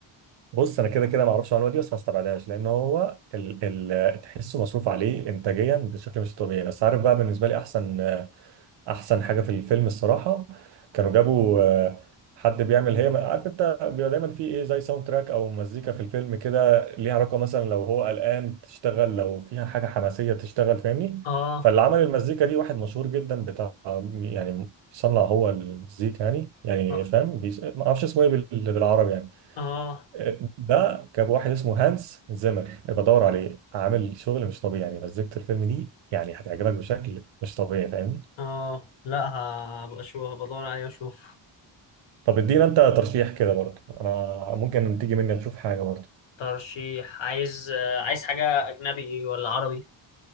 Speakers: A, on the right; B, on the left.
A: بص انا كده كده ما اعرفش المعلومه دي بس ما استبعدهاش لان هو ال ال تحسه مصروف عليه انتاجيا بشكل مش طبيعي بس عارف بقى بالنسبه لي احسن احسن حاجه في الفيلم الصراحه كانوا جابوا آه، حد بيعمل هي عارف انت بيبقى دايما في ايه زي ساوند تراك او مزيكا في الفيلم كده ليها علاقه مثلا لو هو قلقان تشتغل لو فيها حاجه حماسيه تشتغل فاهمني
B: اه
A: فاللي عمل المزيكا دي واحد مشهور جدا بتاع يعني صنع هو المزيكا يعني يعني
B: اه
A: فاهم بيس... ما اعرفش اسمه ايه بال... بالعربي يعني
B: اه
A: آه، ده جاب واحد اسمه هانس زيمر يبقى دور عليه عامل شغل مش طبيعي يعني مزيكة الفيلم دي يعني هتعجبك بشكل مش طبيعي فاهمني
B: آه. لا هبقى اشوف هبقى ادور عليه واشوف
A: طب ادينا انت ترشيح كده برضه انا ممكن تيجي مني تشوف حاجه برضه
B: ترشيح عايز آه، عايز حاجة أجنبي ولا عربي